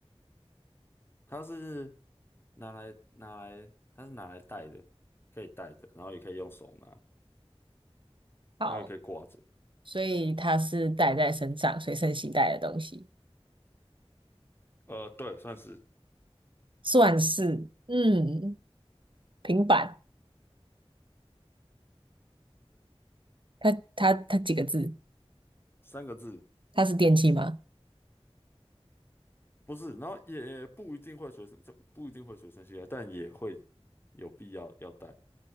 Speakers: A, on the left (about 20°); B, on the right (about 50°).
A: 它是拿来拿来，它是拿来戴的，可以戴的，然后也可以用手拿，
B: 好，
A: 然后也可以挂着。
B: 所以它是带在身上，随身携带的东西，
A: 呃，对，算是
B: 算是嗯，平板。它它它几个字？
A: 三个字，
B: 它是电器吗？
A: 不是，然后也不一定会随身，这不一定会随身携带，但也会有必要要带。